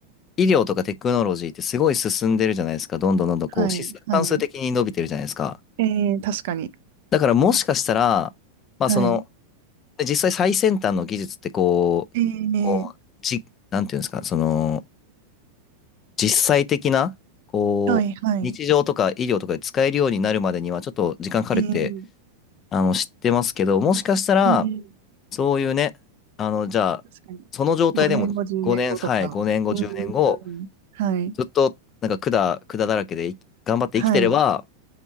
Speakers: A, on the left; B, on the right.
A: 医療とかテクノロジーってすごい進んでるじゃないですか。どんどんどんどんこう、
B: はい、
A: 指数関数的に伸びてるじゃないですか。
B: はい。ええ確かに。
A: だからもしかしたら、まあその、
B: はい。
A: で実際最先端の技術ってこう、
B: ええ
A: こう、じ、なんていうんですか、その、実際的な、こう、
B: はい、はい。
A: 日常とか医療とかで使えるようになるまでにはちょっと時間かかるって、
B: ええ
A: あの、知ってますけど、もしかしたら、
B: ええ
A: そういうね、あの、じゃあ、
B: 確かに。
A: その状態でも5年、
B: 5年後、10年後とか。
A: はい、5年後、
B: うん、
A: 10年後、
B: うん。はい、
A: ずっと、なんか管、管だらけで頑張って生きてれば、
B: はい。